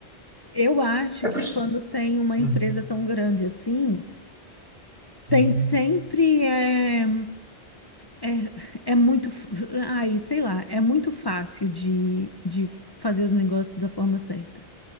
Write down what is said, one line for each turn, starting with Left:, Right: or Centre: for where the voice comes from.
Left: eu acho
Right: é
Left: que
Right: por isso.
Left: quando tem uma
Right: Uhum,
Left: empresa tão grande assim, tem
Right: uhum.
Left: sempre é, é, é muito, f- ai, sei lá, é muito fácil de, de fazer os negócios da forma certa.